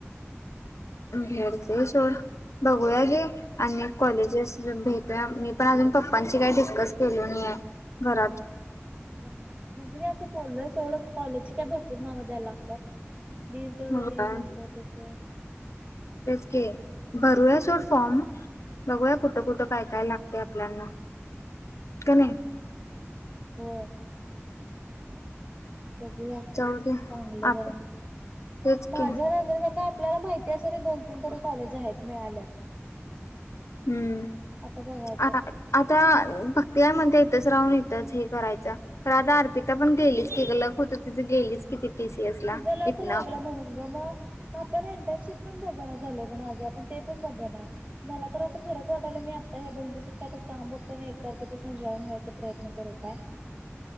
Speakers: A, on the left; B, on the right.
A: घर क <unintelligible> ड बघूया जे अनेक कॉलेजेस भेटू मी पण अजून पप्पांची काही डिस्कस केलो नाही आहे घरात
B: प म्हणजे मी असं बोललोय सोडं कॉलेजची काय भरपूर नावं द्यायला लागत. दिल तेवढं
A: होय
B: दिल अस तस.
A: ओके भरूया सोड फॉर्म बघूया कुठं कुठं काय काय लागते आपल्यांना कणी.
B: हो बघूया
A: जाऊ दे
B: चांगलं
A: आप
B: जरा
A: तेच
B: माझ्या
A: की
B: नजरेत आता आपल्याला माहिती असणारे दोन तीन तरी कॉलेज आहेत मिळाल्यात
A: हम्म
B: आता बघायचं
A: आता आता भक्तीया मध्ये इथंच राहून इथंच हे करायच खर आता अर्पिता पण गेलीच की ग लक होत तिच गेलीच कि टीसीएस ला
B: तिचा लक
A: इथनं
B: लागला म्हणून ग मग आपण इंटर्नशिप पण बघन झालं ग माझ आपण ते पण बघ ना मला तर असं खरंच वाटलं मी आता ह्या दोन दिवसात काय तर काम बघतो ना एक तारखेपासून जॉईन व्हायचा प्रयत्न करू काय